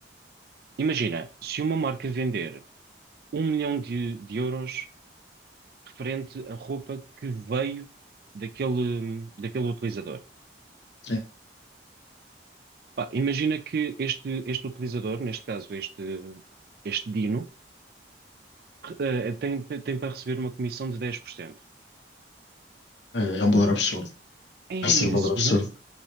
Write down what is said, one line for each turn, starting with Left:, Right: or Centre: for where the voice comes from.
Right: imagina, se uma marca vender um milhão de, de euros referente à roupa que veio daquele, daquele utilizador.
Left: Sim.
Right: Pá, imagina que este, este utilizador, neste caso este, este Dino, eh, tem, tem para receber uma comissão de 10%.
Left: É, é um valor absurdo.
Right: É imenso
Left: Vai ser um valor absurdo.
Right: dinheiro.